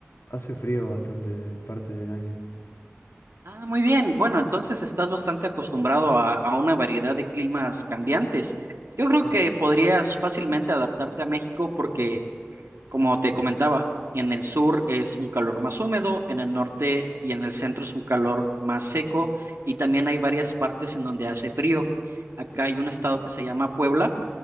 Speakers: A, on the left; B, on the right.
A: hace frío bastante parte del año.
B: Ah, muy bien. Bueno, entonces estás bastante acostumbrado a, a una variedad de climas cambiantes. Yo creo
A: Sí.
B: que podrías fácilmente adaptarte a México porque, como te comentaba, en el sur es un calor más húmedo, en el norte y en el centro es un calor más seco y también hay varias partes en donde hace frío. Acá hay un estado que se llama Puebla